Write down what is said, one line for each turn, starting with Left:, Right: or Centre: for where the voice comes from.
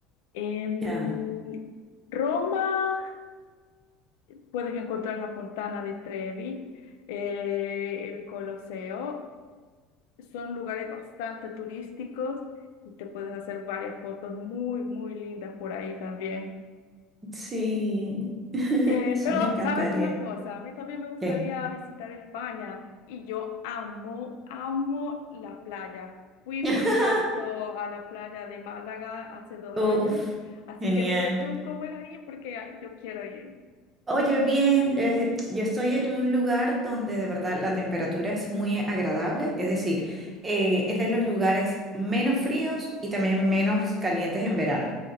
Left: En
Right: Ya.
Left: Roma puedes encontrar la Fontana di Trevi, eh, el Coloseo. Son lugares bastante turísticos y te puedes hacer varias fotos muy, muy lindas por ahí también.
Right: Sí, <laughs>
Left: Eh,
Right: eso
Left: pero,
Right: me encantaría.
Left: ¿sabes una cosa? A mí también me gustaría
Right: ¿Qué?
Left: visitar España y yo amo, amo la playa. Fui,
Right: <laughs>
Left: por cierto, a la playa de Málaga hace dos
Right: Uf,
Left: años, así
Right: genial.
Left: que dime tú cómo es ahí porque ah, yo quiero ir.
Right: Oye, bien, eh, yo estoy en un lugar donde de verdad la temperatura es muy agradable, es decir, eh, es de los lugares menos fríos y también menos calientes en verano.